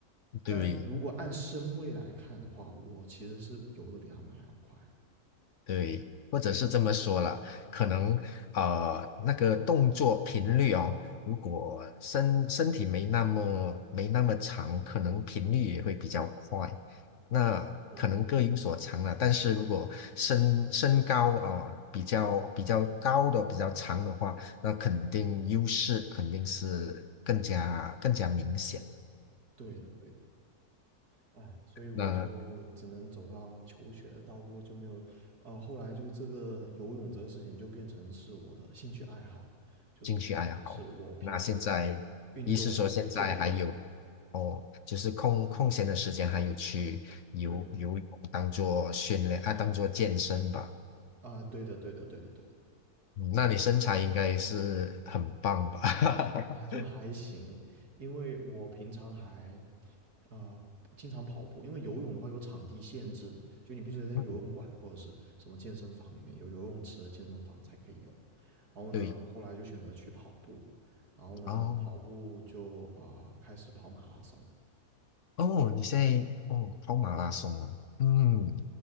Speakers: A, on the left (about 60°); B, on the right (about 85°).
A: 对，
B: 但如果按身位来看的话，我其实是游的比他们还要快的。
A: 对，或者是这么说了，可能呃那个动作频率哦，如果身身体没那么没那么长，可能频率也会比较快。那可能各有所长了，
B: 对，
A: 但是如果身身高啊、呃比较比较高的比较长的话，那肯定优势肯定是更加更加明显。
B: 对的，对的。哎，所以我就只能走上求学的道路，
A: 那
B: 就没有，呃，后来就这个游泳这个事情就变成是我的兴趣爱好，就是变成是我平常
A: 兴趣爱好。那现在，
B: 运动健康。
A: 一是说现在还有哦，就是空空闲的时间还有去游游泳，
B: 对，
A: 当做训练啊，当做健身吧。
B: 啊，对的，对的，对的，对的。
A: 嗯，那你身材应该是很棒吧？
B: 啊，就还行，
A: <laughs>
B: 因为我平常还啊、经常跑步，因为游泳的话有场地限制，就你必须得在游泳馆或者是什么健身房里面有游泳池的健身房才可以游。
A: 嗯
B: 然后呢，
A: 对，
B: 后来就选择去跑步，然后呢，
A: 哦
B: 跑步就啊、开始跑马拉松。
A: 哦，你现在哦跑马拉松哦，嗯，